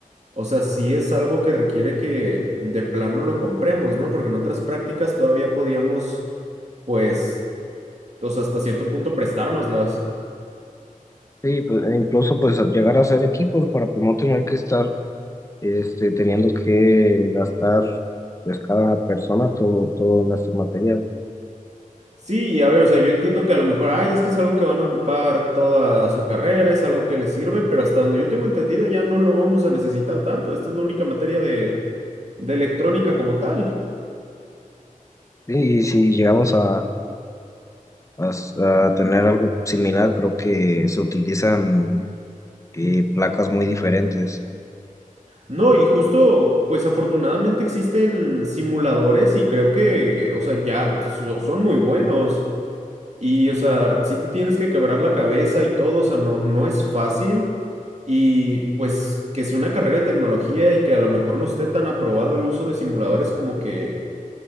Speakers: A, on the right; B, on the left.
A: O sea, sí es algo que requiere que de plano lo compremos, ¿no? Porque en otras prácticas todavía podíamos, pues, o sea, hasta cierto punto prestárnoslas.
B: Sí, pues, e incluso pues llegar a hacer equipos para pues, no tener que estar este, teniendo que gastar pues cada persona todo, todo nuestro material.
A: Sí, y a ver, o sea, yo entiendo que a lo mejor, ay, es que es algo que van a ocupar toda su carrera, es algo que les sirve, pero hasta donde yo tengo entendido ya no lo vamos a necesitar tanto. Esta es la única materia de, de electrónica como tal.
B: Sí, y si llegamos a, a s- a tener algo similar, creo que se utilizan eh, placas muy diferentes.
A: No, y justo, pues afortunadamente existen simuladores y creo que, o sea, ya so- son muy buenos. Y, o sea, sí te tienes que quebrar la cabeza y todo, o sea, no, no es fácil. Y pues que sea una carrera de tecnología y que a lo mejor no esté tan aprobado el uso de simuladores como que